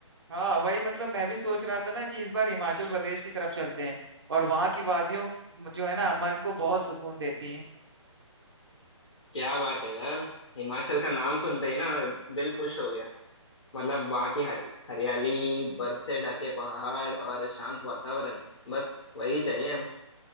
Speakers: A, on the right (about 50°); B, on the left (about 65°).
A: हाँ वही मतलब मैं भी सोच रहा था ना कि इस बार हिमाचल प्रदेश की तरफ चलते हैं और वहाँ की वादियों जो है ना मन को बहुत सुकून देती हैं
B: क्या बात है यार हिमाचल का नाम सुनते ही ना दिल खुश हो गया मतलब वहाँ की हर- हरियाली बर्फ से ढके पहाड़ और शांत वातावरण बस वही चाहिए अब